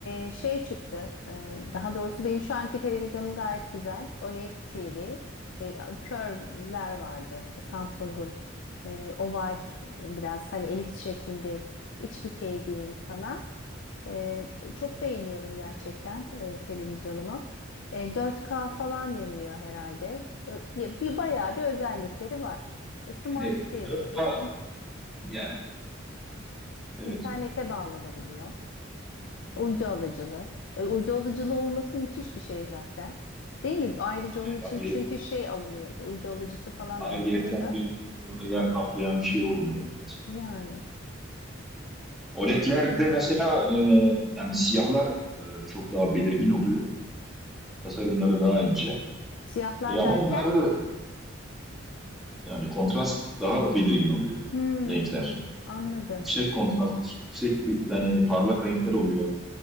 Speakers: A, on the left (about 65°); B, in the centre.
A: e, şey çıktı. E, daha doğrusu benim şu anki televizyonum gayet güzel. OLED TV. E, curve'ler vardı. Samsung'un e, oval e, biraz hani elips şeklinde iç bükey diyeyim sana. E, çok beğeniyorum gerçekten e, televizyonumu. E, 4K falan deniliyor herhalde. Ö- Bir, bir bayağı bir özellikleri var. E, Smart
B: Yani
A: TV.
B: dört
A: e,
B: k
A: in-
B: yani evet.
A: internete bağlanabiliyor.
B: Hı
A: Uydu
B: hı.
A: alıcılı, E, uydu alıcılı olması müthiş bir şey zaten. Değil mi? Ayrıca onun
B: Evet
A: için
B: aile,
A: çünkü şey alınıyordu. Uydu alıcısı falan
B: ayrıyetten
A: alınıyordu.
B: bir orada yer kaplayan bir şey olmuyor. Evet.
A: Yani
B: OLED'lerde mesela e, yani siyahlar e, çok daha belirgin oluyor. Tasarımları daha ince.
A: siyahlar
B: E, ama
A: derken
B: onlarda yani kontrast daha belirgin oluyor
A: hmm,
B: renkler.
A: hmm, anladım.
B: Yüksek kontrastlı, yüksek bir, yani parlak renkler oluyor.